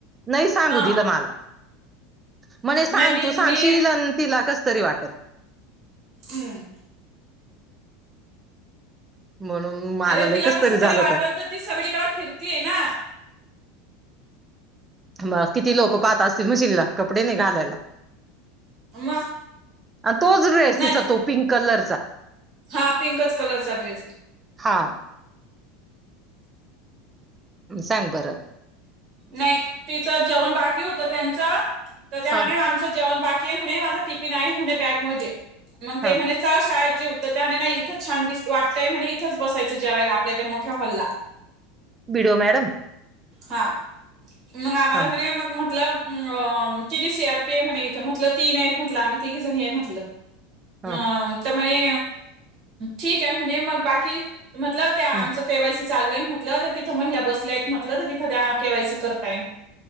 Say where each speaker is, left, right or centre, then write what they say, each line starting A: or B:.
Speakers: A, on the right; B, on the right.
A: नाही सांगू
B: हा
A: दिलं मला म्हणे सांग
B: नाही मी
A: तू सांगशीलल
B: मी
A: तिला कस तरी वाटेल
B: हम्म
A: म्हणून मला
B: अरे
A: लय
B: तिला
A: कस
B: कसं
A: झालं
B: तरी वाटल तर ती सगळीकडे फिरतीये ना
A: म किती लोक पाहत असतील मशीिलीला कपडे नाही घालायला
B: मग
A: आणि तोच रस
B: नाही
A: तिचा तो पिंक कलरचा
B: हा पिंकच कलर चा ड्रेस आहे
A: हा सांग बरं
B: नाही तिचं जेवण बाकी होत त्यांच तर त्या
A: हा
B: आमचं जेवण बाकी आहे म्हणे माझा टिफिन आहे म्हणे बॅग मध्ये मग
A: हा
B: ते म्हणे च शाळेत जे त्याने नाही इथंच छान दि वाटतय म्हणे इथंच बसायचं जेवायला आपल्या त्या मोठ्या हॉल्ला
A: बिडो मॅडम
B: हा मग आम्हाला
A: हा
B: मग म्हटलं अ जिथे सी आरपीएफ म्ह इथं म्हटलं तीन म्हटलं आम्ही तिघी जणी आहे म्हटलं
A: हा
B: अं तर म्हणे ठीक आहे म्हणे मग बाकी म्हटलं त्या
A: हम्म
B: आमचं केवायसी चालू आहे म्हटलं तर तिथं महिला बसल्या आहेत म्हटलं तर तिथं त्या केवायसी करताय